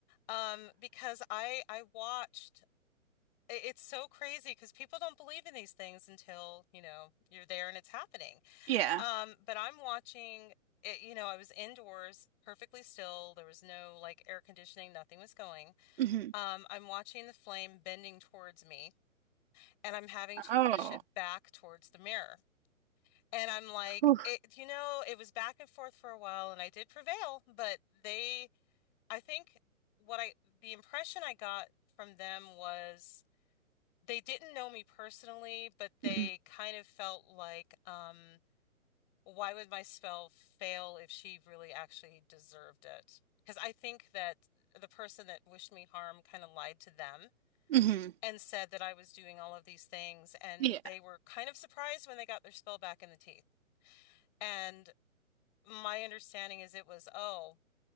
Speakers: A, on the left (about 35°); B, on the right (about 45°).
A: Um, because I I watched It- It's so crazy because people don't believe in these things until, you know, you're there and it's happening.
B: Yeah.
A: Um, but I'm watching it, you know, I was indoors perfectly still. There was no like air conditioning, nothing was going.
B: hmm
A: Um, I'm watching the flame bending towards me and I'm having to
B: Oh,
A: push it back towards the mirror. And I'm like,
B: whew,
A: it, you know, it was back and forth for a while and I did prevail, but they, I think what I, the impression I got from them was they didn't know me personally, but they
B: hmm
A: kind of felt like, um, why would my spell fail if she really actually deserved it? Because I think that the person that wished me harm kind of lied to them
B: hmm
A: and said that I was doing all of these things, and
B: Yeah,
A: they were kind of surprised when they got their spell back in the teeth. And my understanding is it was, oh,